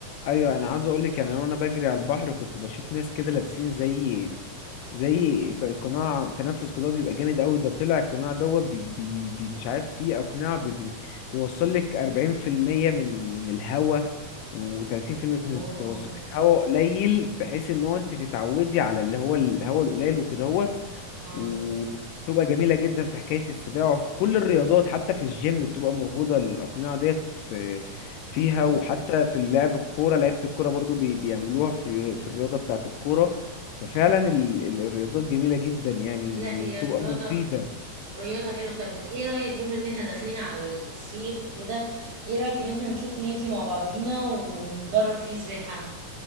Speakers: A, on the left (about 85°); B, on the right (about 65°).
A: ايوه انا عاوز اقول لك يعني انا وانا بجري على البحر كنت بشوف ناس كده لابسين زي زي ق- قناع تنفس قضاء بيبقى جامد قوي ده طلع القناع دوت بي بي بي مش عارف فيه اقناع بي بي توصل لك 40% من من الهواء و30%
B: اوه
A: من توصل لك هواء قليل بحيث ان هو انت تتعودي على اللي هو الهواء القليل وكدهوت
B: اه
A: وبتبقى جميلة جدا في حكاية السباعة وفي كل الرياضات حتى في الجيم بتبقى موجودة الأقنعة ديت في فيها
B: مم.
A: وحتى في لعب الكورة لعيبة الكورة برضو بي- بيعملوها في في الرياضة بتاعة الكورة ففعلا ال- ال- الرياضات جميلة جدا يعني
B: لا
A: وبتبقى
B: هي رياضة
A: مفيدة
B: رياضة حلوة طب ايه رأيك بما ان احنا داخلين على الصيف وكده ايه رأيك ان احنا نشوف نادي مع بعضينا وندرب فيه سباحة